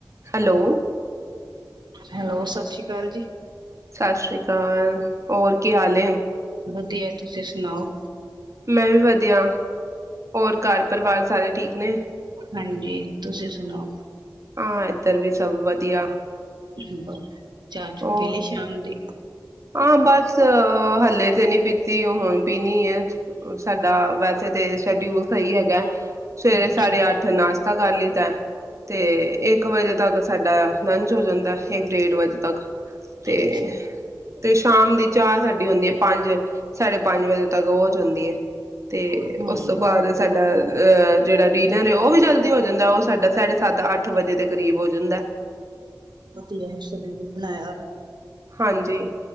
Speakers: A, on the right; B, on the right.
A: Hello,
B: hello ਸਤਿ ਸ੍ਰੀ ਅਕਾਲ ਜੀ।
A: ਸਤਿ ਸ਼੍ਰੀ ਅਕਾਲ ਹੋਰ ਕੀ ਹਾਲ ਹੈ।
B: ਵਧੀਆ ਤੁਸੀਂ ਸੁਣਾਓ।
A: ਮੈਂ ਵੀ ਵਧੀਆ, ਹੋਰ ਘਰ ਪਰਿਵਾਰ ਸਾਰੇ ਠੀਕ ਨੇ?
B: ਹਾਂਜੀ ਤੁਸੀਂ ਸੁਣਾਓ।
A: ਹਾਂ ਇੱਧਰ ਵੀ ਸਭ ਵਧੀਆ
B: <unintelligible> ਚਾਚੂ
A: ਉਹ
B: ਪੀ ਲਈ ਸ਼ਾਮ ਦੀ।
A: ਹਾਂ ਬਸ ਹੱਲੇ ਤੇ ਨੀ ਪੀਤੀ, ਉਹ ਹੁਣ ਪੀਣੀ ਹੈ। ਸਾਡੇ ਦਾ ਵੈਸੇ ਤੇ ਸ਼ਡਿਊਲ ਤਾਂ ੲੈਹੀ ਹੈਗਾ, ਸਵੇਰੇ
B: ਅੱਛਾ
A: ਸਾੜੇ ਅੱਠ ਨਾਸ਼ਤਾ ਕਰ ਲਈ ਤਾ ਤੇ ਇੱਕ ਵਜੇ ਤੱਕ ਸਾਡਾ ਲੰਚ ਹੋ ਜਾਂਦਾ ਇੱਕ ਡੇਢ ਵਜੇ ਤੱਕ। ਤੇ
B: ਅੱਛਾ
A: ਤੇ ਸ਼ਾਮ ਦੀ ਚਾਹ ਸਾਡੀ ਹੁੰਦੀ ਹੈ, ਪੰਜ ਸਾਢੇ ਪੰਜ ਵਜੇ ਤੱਕ। ਉਹ ਜਾਂਦੀ ਹੈ। ਤੇ
B: ਹਾਂ
A: ਉਸ ਤੋਂ ਬਾਅਦ ਸਾਡਾ ਅਹ ਜਿਹੜਾ ਡੀਨਰ ਉਹ ਵੀ ਜਲਦੀ ਹੋ ਜਾਂਦਾ ਉਹ ਸਾਡਾ ਸਾਢੇ ਸੱਤ ਅੱਠ ਵਜੇ ਦੇ ਕਰੀਬ ਹੋ ਜਾਂਦਾ
B: ਅ ਹੈ ਸਲੀਪਣਾ
A: ਹਾਂਜੀ